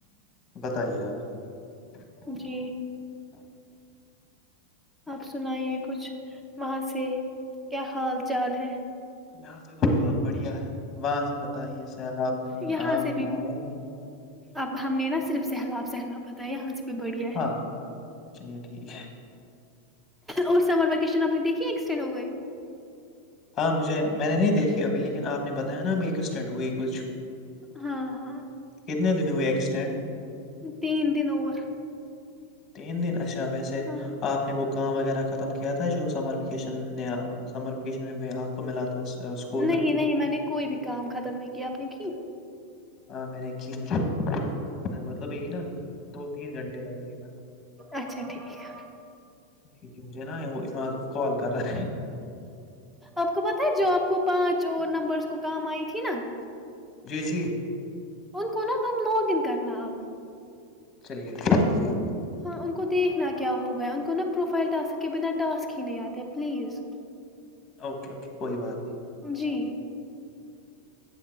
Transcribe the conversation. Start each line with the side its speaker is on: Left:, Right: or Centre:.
Left: بتائیے آپ
Centre: جی آپ سنائیے کچھ وہاں سے کیا حال چال ہے
Left: یہاں سے تو حال بڑھیا ہے وہاں سے بتائیے سیل آپ
Centre: یہاں سے بھی
Left: آئے ہوئے
Centre: اب ہم نے نا صرف سہلاب سہلاب بتایا یہاں سے بھی بڑھیا ہے
Left: ہاں چلیے ٹھیک ہے
Centre: اس سمر وکیشن اپنی دیکھی ایککسٹینڈ ہو گئے
Left: ہاں مجھے میں نے نہیں دیکھی ابھی لیکن آپ نے بتایا نا ابھی ایکسٹنڈ ہوئی کچھ
Centre: ہاں ہاں
Left: کتنے دنوں ہوئے ایکسٹینڈ
Centre: تین دن اور
Left: تین دن اچھا ویسے
Centre: ہاں
Left: آپ نے وہ کام وغیرہ ختم کیا تھا تھا جو سمر ویکیشن سمر ویکیشن میں آپ کو ملا تھا اسکول
Centre: نہیں
Left: میں
Centre: نہیں میں نے کوئی بھی کام ختم نہیں کیا آپ نے کی
Left: ہاں میں نے رکھی مجھے مطلب یہی نا دو تین گھنٹے لگے گے
Centre: اچھا ٹھیک ہے
Left: جی جی مجھے نا وہ امان کال کر رہے
Centre: آپ کو پتا ہے جو آپ کو پانچ اور نمبرس کو کام آئی تھی نا
Left: جی جی
Centre: انون کو نا ہم لاگ ان کرنا آب
Left: چلے گ ھ ہے کوئی بات نہیں
Centre: ہاں ان کو دیکھنا کیا ہوگا ہے ان کو نا پروفائل ٹسک کے بنا ٹاسک ہی نہیں آتے پلیز
Left: اوکے اوکے کوئی بات نہیں
Centre: جی